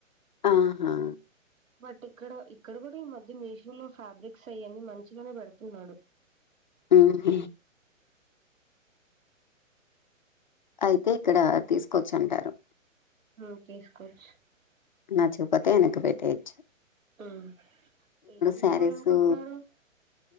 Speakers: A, on the left; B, on the right.
A: ఆహా
B: బట్ ఇక్కడ ఇక్కడ కూడా ఈ మధ్య మీషో లో ఫ్యాబ్రిక్స్ అవన్నీ మంచిగానే పెడుతున్నాడు
A: ఆహ అయితే ఇక్కడ తీసుకోచ్చ అంటారు
B: ఆ తీసుకోచ్చు
A: నచ్చకపోతే ఎనకు పెటెయచు
B: ఆ ఏం తీసుకోవాలనుకుంటున్నారు
A: శారీసు